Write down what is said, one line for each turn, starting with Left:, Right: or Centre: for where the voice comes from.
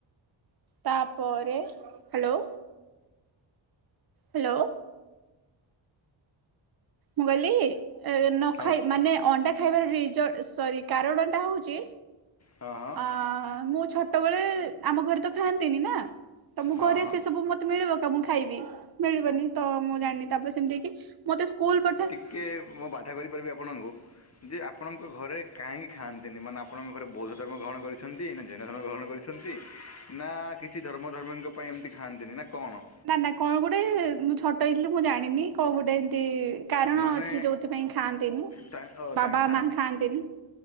Right: ତାପରେ ହାଲୋ। ହାଲୋ। ମୁଁ କିହିଲି ଏ ନ
Left: ହଁ
Right: ଖାଇ
Left: କୁ-
Right: ମାନେ ଅଣ୍ଡା ଖାଇବାର ରିଜ ସରି କାରଣଟା ହୋଉଛି
Left: ହଁ ହଁ
Right: ଆ ମୁଁ ଛୋଟବେଳେ ଆମ ଘରେ ତ ଖାଆନ୍ତିନି ନା। ତ ମୁଁ
Left: ହଁ
Right: ଘରେ
Left: ହଁ
Right: ସେ ସବୁ ମତେ ମିଳିବ କା ମୁଁ ଖାଇବି ମିଳିବନି ତ ମୁଁ ଜାଣିନି ତାପରେ ସେମିତି ହେଇକି ମତେ ସ୍କୁଲ ପଠା
Left: କି ମୁଁ ବାଧା କରିପାରିବି ଆପଣଙ୍କୁ। ଯେ ଆପଣଙ୍କ ଘରେ କାହିଁକି ଖାଆନ୍ତିନି ମାନେ ଆପଣଙ୍କ ଘରେ ବୌଦ୍ଧ ଧର୍ମ ଗ୍ରହଣ କରିଛନ୍ତି ନା ଜୈନ ଧର୍ମ ଗ୍ରହଣ କରି ଛନ୍ତି ନା କିଛି ଧର୍ମ ଧର୍ମୀଙ୍କ ପାଇଁ ଏମିତି ଖାଆନ୍ତିନି ନା କଣ?
Right: ନା ନା କଣ ଗୋଟେ ମୁଁ ଛୋଟ ହେଇଥିଲି ମୁଁ ଜାଣିନି କଣ ଗୋଟେ ଏମିତି କାରଣ
Left: ମାନେ
Right: ଅଛି ଯୋଉଥିପାଇଁ ଖାଆନ୍ତିନି
Left: ତା- ଅ, ତାଙ୍କେ
Right: ବାବା ମା ଖାଆନ୍ତିନି।